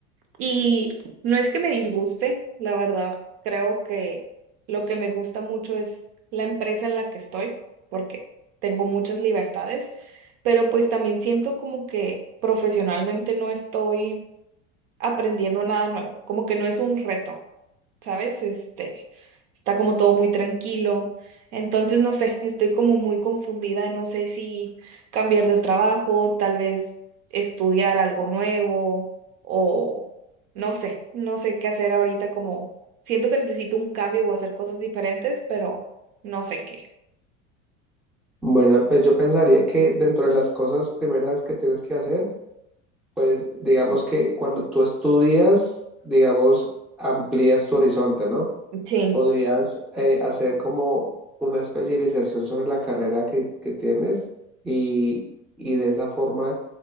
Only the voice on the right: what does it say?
Y no es que me disguste, la verdad, creo que lo que me gusta mucho es la empresa en la que estoy, porque tengo muchas libertades, pero pues también siento como que profesionalmente no estoy aprendiendo nada nuevo, como que no es un reto. ¿sabes? Este, está como todo muy tranquilo. Entonces, no sé, estoy como muy confundida, no sé si cambiar de trabajo, tal vez estudiar algo nuevo o no sé, no sé qué hacer ahorita como siento que necesito un cambio o hacer cosas diferentes, pero no sé qué.
Sí.